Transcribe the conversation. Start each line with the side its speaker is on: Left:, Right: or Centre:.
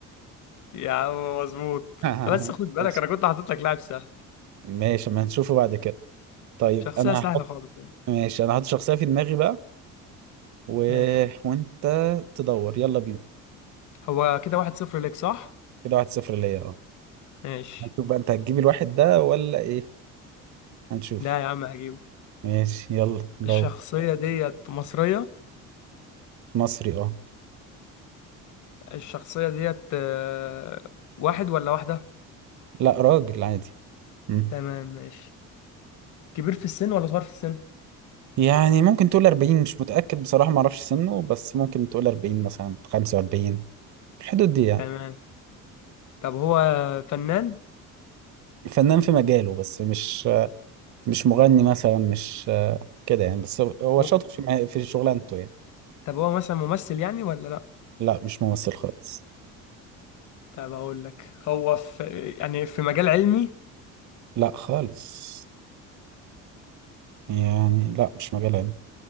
Left: يا عم مظبوط
Right: <laughs>
Left: بس خد بالك
Right: ماشي
Left: أنا كنت حاطط لك لاعب سهل
Right: ماشي ما هنشوفه بعد كده طيب
Left: شخصية
Right: انا
Left: سهلة
Right: هحط
Left: خالص يعني
Right: ماشي انا هحط شخصيه في دماغي بقى و... <laughs>
Left: ماشي
Right: وانت تدور يلا بينا
Left: هو كده واحد صفر ليك صح؟
Right: كده واحد صفر ليا اه
Left: ماشي
Right: هنشوف بقى انت هتجيب الواحد ده ولا ايه هنشوف
Left: لا يا عم هجيبه
Right: ماشي يلا دور
Left: الشخصية ديت مصرية
Right: مصري اه
Left: الشخصية ديت آه، واحد ولا واحدة؟
Right: لا راجل عادي مم.
Left: تمام ماشي كبير في السن ولا صغير في السن؟
Right: يعني ممكن تقول 40 مش متأكد بصراحة ما اعرفش سنه بس ممكن تقول 40 مثلا 45 في الحدود دي يعني
Left: تمام طب هو فنان؟
Right: فنان في مجاله بس مش مش مغني مثلا مش كده يعني بس هو
Left: م-
Right: شاطر في مه- في شغلانته يعني
Left: طب هو مثلا ممثل يعني ولا لأ؟
Right: لا مش ممثل خالص
Left: طب اقول لك هو في يعني في مجال علمي
Right: لا خالص يعني لا مش مجال علمي